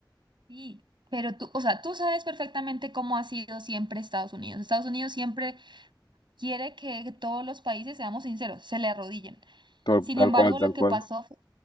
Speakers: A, on the right (about 75°); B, on the left (about 75°).
A: Sí, pero tú, o sea, tú sabes perfectamente cómo ha sido siempre Estados Unidos. Estados Unidos siempre quiere que todos los países, seamos sinceros, se le arrodillen.
B: Tal,
A: Sin embargo,
B: tal cual,
A: lo
B: tal
A: que
B: cual.
A: pasó, fu-